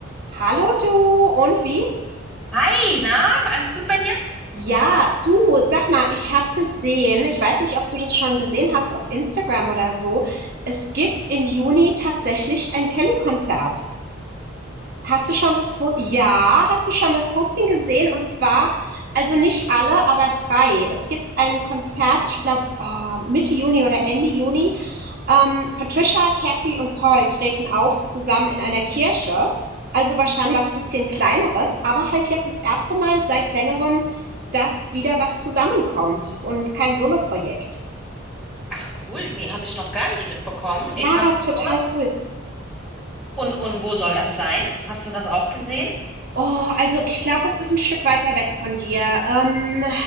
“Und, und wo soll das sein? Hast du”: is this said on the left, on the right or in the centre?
Centre